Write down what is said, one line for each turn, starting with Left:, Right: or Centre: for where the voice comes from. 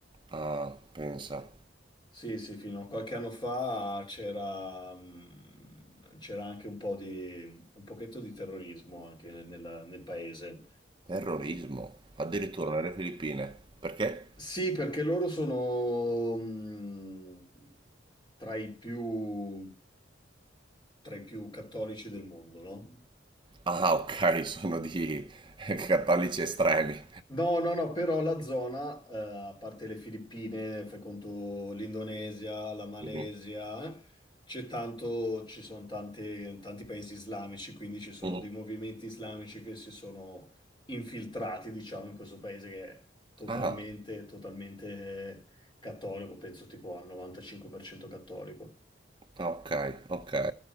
Right: Ah, pensa.
Left: Sì, sì, fino a qualche anno fa c'era mh, c'era anche un po' di, un pochetto di terrorismo anche nel nel paese.
Right: Terrorismo. Addirittura nelle Filippine. Perché?
Left: Sì, perché loro sono mh, tra i più, tra i più cattolici del mondo, no?
Right: Ah, ok, sono di <laughs> cattolici estremi.
Left: No, no, no, però la zona, eh, a parte le Filippine, fai conto l'Indonesia, la Malesia,
Right: Mhm.
Left: eh, c'è tanto, ci sono tanti, tanti paesi islamici, quindi ci sono
Right: Mhm.
Left: dei movimenti islamici che si sono infiltrati, diciamo, in questo paese che è totalmente,
Right: Ah,
Left: totalmente cattolico, penso tipo al 95% cattolico.
Right: ok, ok.